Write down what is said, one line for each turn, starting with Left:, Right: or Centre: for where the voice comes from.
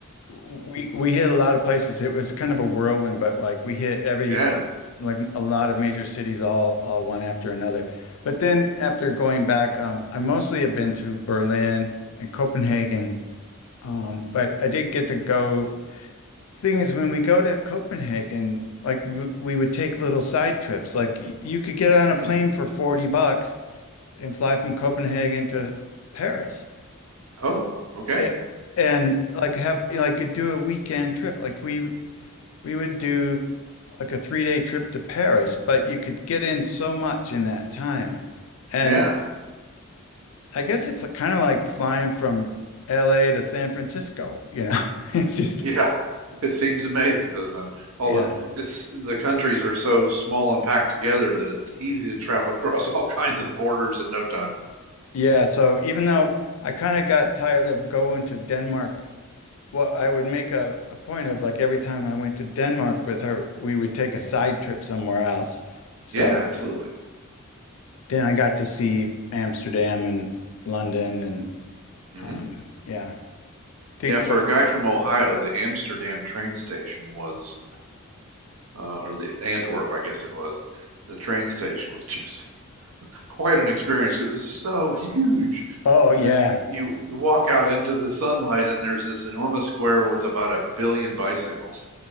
Left: we we hit a lot of places. It was kind of a whirlwind, but like we hit every
Right: <laughs> yeah.
Left: like a lot of major cities all all one after another. But then after going back, um, I mostly have been to Berlin and Copenhagen. Um, but I did get to go. Thing is, when we go to Copenhagen, like w we would take little side trips. Like y you could get on a
Right: Mm.
Left: plane for 40 bucks and fly from Copenhagen to Paris.
Right: Oh, okay.
Left: It, and like have like do a weekend trip. Like we we would do like a three day trip to Paris, but you could get in so much in that time. And
Right: Yeah. <laughs>
Left: I guess it's kind of like flying from LA to San Francisco, you know? <laughs> It's just,
Right: Yeah. It seems amazing, doesn't it? All
Left: yeah.
Right: the it's the countries are so small and packed together that it's easy to travel <laughs> across all kinds of borders in no time.
Left: Yeah. So even though I kind of got tired of going to Denmark, well, I would make a, a point of like every time I went to Denmark with her, we would take a side trip somewhere else. So
Right: Yeah, absolutely.
Left: then I got to see Amsterdam and London and
Right: hmm
Left: um, yeah, did
Right: Yeah, for
Left: good.
Right: a guy from Ohio, the Amsterdam train station was, uh, or the Antwerp, I guess it was, the train station was just <laughs> quite an experience. It was so huge.
Left: Oh yeah.
Right: And then you, you, you walk out into the sunlight, and there's this enormous square with about a billion bicycles